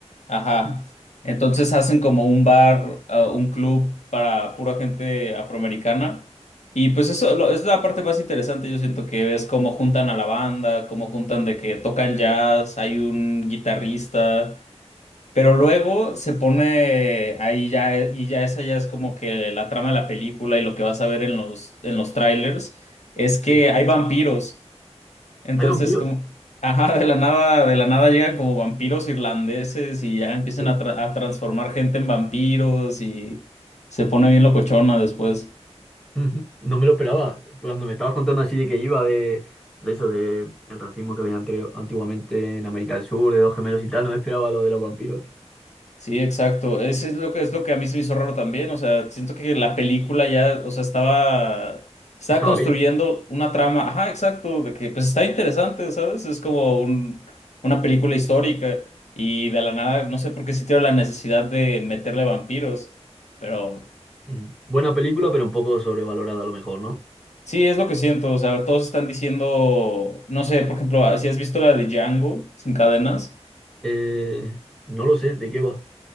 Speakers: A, on the left (about 80°); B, in the centre.
A: Ajá. Entonces hacen como un bar, ah, un club para pura gente afroamericana. Y pues eso lo- es la parte más interesante, yo siento que ves cómo juntan a la banda, cómo juntan de que tocan jazz, hay un guitarrista, pero luego se pone ahí ya, eh, y ya esa ya es como que la trama de la película y lo que vas a ver en los, en los trailers, es
B: Sí.
A: que hay vampiros. Entonces,
B: Hay vampiros.
A: como, ajá, de la nada, de la nada llegan como vampiros irlandeses y ya empiezan
B: Sí.
A: a, tra- a transformar gente en vampiros y se pone bien locochona después.
B: Ujú. No me lo esperaba. Cuando me estabas contando así de que iba de, de eso, de el racismo que había anterior- antiguamente en América del Sur, de dos gemelos y tal, no me esperaba lo de los vampiros.
A: Sí, exacto. Ese es lo que es lo que a mí se me hizo raro también. O sea, siento que la película ya, o sea, estaba, estaba
B: Estaba
A: construyendo
B: bien.
A: una trama, ajá, exacto, de que pues está interesante, ¿sabes? Es como un, una película histórica y de la nada, no sé por qué sintieron la necesidad de meterle vampiros, pero.
B: Ujú, ujú. Buena película, pero un poco sobrevalorada a lo mejor, ¿no?
A: Sí, es lo que siento, o sea, todos están diciendo, no sé, por ejemplo, ah, si has visto la de Django sin cadenas,
B: Eh, no lo sé, ¿de qué va?